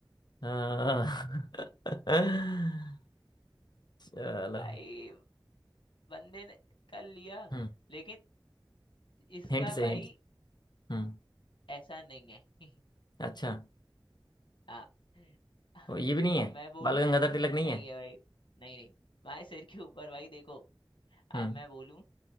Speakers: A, on the left; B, on the left.
A: <laughs> चलो
B: भाई बंदे ने कर लिया
A: हम्म
B: लेकिन इसका
A: हिंट से
B: भाई
A: हिंट हम्म
B: ऐसा नहीं है <laughs>
A: अच्छा
B: हाँ <laughs>
A: वो ये भी नहीं
B: अब
A: है
B: मैं बोलूं
A: बाल गंगाधर तिलक नहीं
B: नहीं
A: है
B: है भाई नहीं नहीं तुम्हारे सिर के ऊपर भाई देखो
A: हम्म
B: अब मैं बोलूं